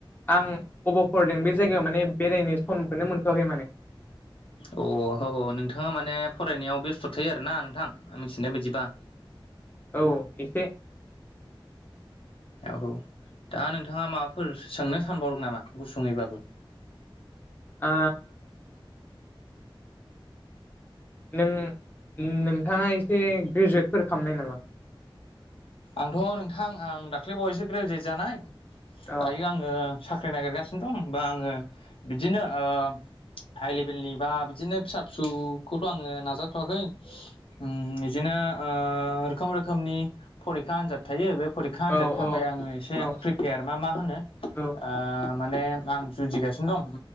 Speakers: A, on the left (about 20°); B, on the left (about 75°).
A: आं अबाव फरायदों बे जायगायाव माने बेरायनो समखौनो मोनथ'आखै माने <inaudible>
B: अ औ औ नोंथाङा माने फरायनायाव बेस्थ' थायो आरोना नोंथां आं मिथिनाय बादिबा?
A: औ एसे।
B: औ औ दा नोंथाङा माबाफोर सोंनो सानबावदों नामा गुसुङैब्लाबो?
A: ओ। नों नोंथाङा एसे ग्रेजुवेटफोर खालामनाय नामा?
B: आंथ' नोंथां आं दाख्लै बावयैसो ग्रेजुवेट जानाय।
A: औ
B: दायो आङो साख्रि नागिरगासिनो दं बा आङो बिदिनो ओ हाइ लेभेलनि बा बिदिनो फिसा फिसौखौथ' आङो नाजाथ'वाखै ओं इदिनो ओ रोखोम रोखोमनि फरिखा आनजाद थायो बे फरिखा आनजादनि
A: औ
B: थाखाय आङो एसे
A: औ
B: प्रिपेयार मा मा होनो ओ
A: औ
B: माने आं जुजिगासिनो दं।